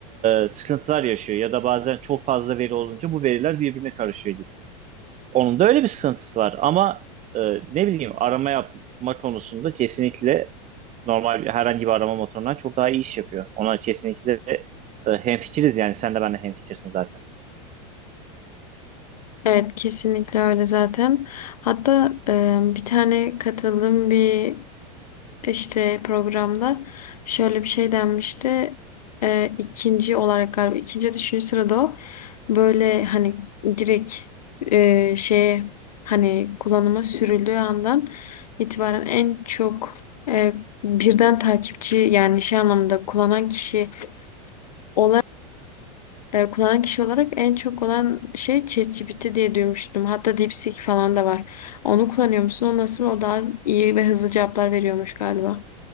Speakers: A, on the right; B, on the left.
A: e, sıkıntılar yaşıyor ya da bazen çok fazla veri olunca bu veriler birbirine karışıyor gibi. Onun da öyle bir sıkıntısı var ama e, ne bileyim arama yapma konusunda kesinlikle normal bir- herhangi bir arama motorundan çok daha iyi iş yapıyor. Ona kesinlikle e, hemfikiriz yani sen de ben de hemfikirsin zaten.
B: Evet kesinlikle öyle zaten. Hatta e, bir tane katıldığım bir işte programda şöyle bir şey denmişti. Ee, ikinci olarak galiba ikinci ya da üçüncü sırada o böyle hani direkt e, şeye hani kullanıma sürüldüğü andan itibaren en çok e, birden takipçi yani şey anlamında kullanan kişi olarak e, kullanan kişi olarak en çok olan şey ChatGPT diye duymuştum. Hatta DeepSeek falan da var. Onu kullanıyor musun? O nasıl? O daha iyi ve hızlı cevaplar veriyormuş galiba.